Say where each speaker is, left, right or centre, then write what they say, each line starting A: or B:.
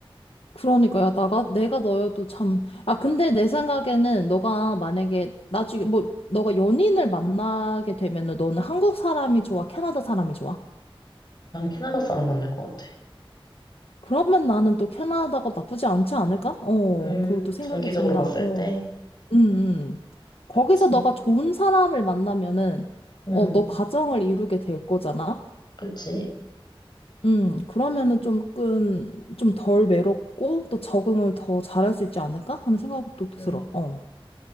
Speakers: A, on the left (about 80°); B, on the left (about 50°).
A: 그러니까, 야, 나가, 내가 너여도 참. 아, 근데 내 생각에는 너가 만약에 나중에, 뭐, 너가 연인을 만나게 되면은 너는 한국 사람이 좋아? 캐나다 사람이 좋아?
B: 난 캐나다 사람 만날 것 같아.
A: 그러면 나는 또 캐나다가 나쁘지 않지 않을까? 어,
B: 음,
A: 그것도 생각이
B: 장기적으로
A: 든다.
B: 봤을
A: 어,
B: 때.
A: 음, 음. 거기서
B: 그치.
A: 너가 좋은 사람을 만나면은,
B: 응,
A: 어, 너 가정을 이루게 될 거잖아?
B: 그치.
A: 음, 그러면은 조금, 좀 덜 외롭고, 또 적응을 더 잘할 수 있지 않을까? 하는 생각도 들어.
B: 음,
A: 어.